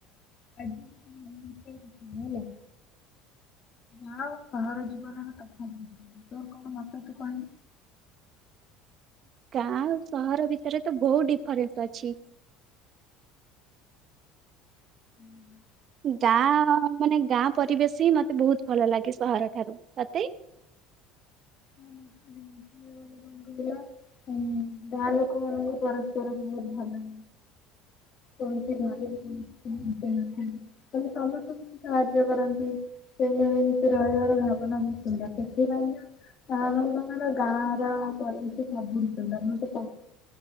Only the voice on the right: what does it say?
ଗାଁ ଆଉ ସହର ଭିତରେ ତ ବହୁତ ଡିଫରେନ୍ସ ଅଛି।
ଗାଁ ମାନେ ଗାଁ ପରିବେଶି ମତେ ବହୁତ ଭଲ ଲାଗେ ସହର ଠାରୁ ସତେଇ